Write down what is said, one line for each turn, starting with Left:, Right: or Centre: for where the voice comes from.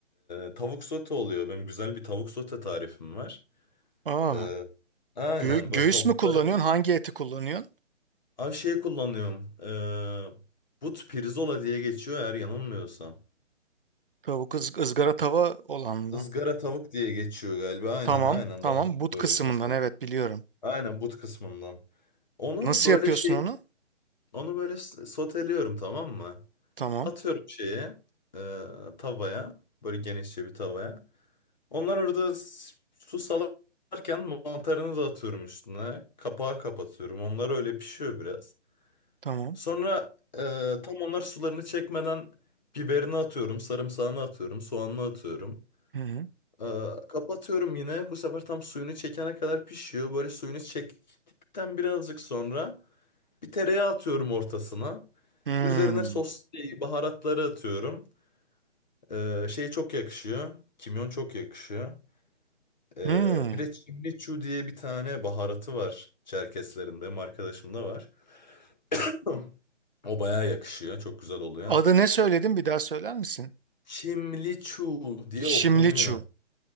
Left: E, tavuk sote oluyor. Benim güzel bir tavuk sote tarifim var.
Right: Aa,
Left: E, aynen
Right: Gö-
Left: böyle
Right: göğüs
Left: tavukları.
Right: mü kullanıyorsun? Hangi eti kullanıyorsun?
Left: Ay şey kullanıyorum. E, but pirzola diye geçiyor eğer yanılmıyorsam.
Right: Tavuk ız- ızgara tava olan mı?
Left: Izgara tavuk diye geçiyor galiba. Aynen
Right: Tamam,
Left: aynen
Right: tamam.
Left: daha doğru
Right: But
Left: söyledin
Right: kısmından
Left: sen.
Right: evet biliyorum.
Left: Aynen but kısmından. Onu
Right: Nasıl
Left: böyle
Right: yapıyorsun
Left: şey,
Right: onu?
Left: onu böyle s- soteliyorum tamam mı?
Right: Tamam,
Left: Atıyorum şeye, e, tavaya, böyle genişçe bir tavaya. Onlar orada s- su salarken mantarını da atıyorum üstüne. Kapağı kapatıyorum. Onlar öyle pişiyor biraz.
Right: tamam.
Left: Sonra e, tam onlar sularını çekmeden biberini atıyorum, sarımsağını atıyorum, soğanını atıyorum.
Right: Hı hı.
Left: E, kapatıyorum yine. Bu sefer tam suyunu çekene kadar pişiyor. Böyle suyunu çektikten birazcık sonra bir tereyağı atıyorum ortasına.
Right: Hmm,
Left: Üzerine sos, şey, baharatları atıyorum. Ee, şey çok yakışıyor. Kimyon çok yakışıyor. Ee,
Right: hmm.
Left: bir de Çimliçu diye bir tane baharatı var Çerkeslerin. Benim arkadaşımda var. <clears throat> <laughs> O bayağı yakışıyor. Çok güzel oluyor.
Right: Adı ne söyledin? Bir daha söyler misin?
Left: Çimliçu diye
Right: Şimliçu.
Left: okunuyor.